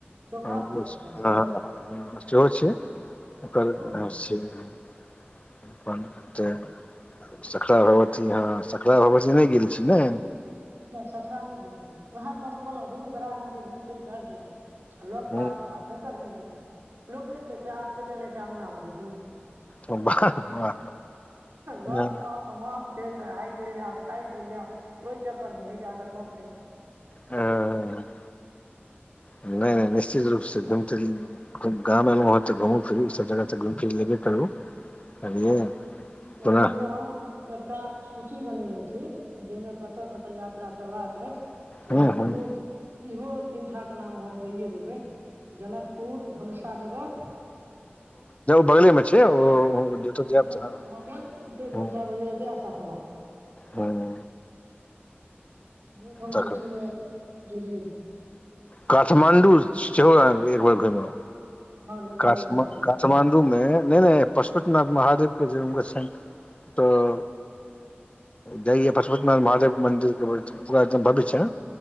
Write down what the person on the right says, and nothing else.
दोकहा
बॉर्डर दिसन सँ
ओ
अच्छा
नहि सखरा न नहि गि छी उएहा तऽ हम कहलहुँ दूर दराजमे तऽ घुमि फिर कऽ आबि गेलहुँ लग
पासवला एखन तक नहि गेलहुँ लोक नहि कहै छै आस कहे छै अंगना बड़ी दूर
लग
म <inaudible> महक छै तऽ आइ चलि जाउ काल्हि चलि जाउ चक्कर मे नहि जा सकलौं एखन तक
एहि बेर एहि
बेेर जे हम एकटा सूची बनेने छी जाहिमे कतऽ कतऽ यात्रा करबाक अछि ओहिमे
इहो इहो तीन ठाक के नाम हम दइे देबै जनकपुर धनुषा जगह
जनकपुर
भै
ए आसाखा
देख हम
सूचीमे जोड़िये देबै
हँ नेपालक
राजधानी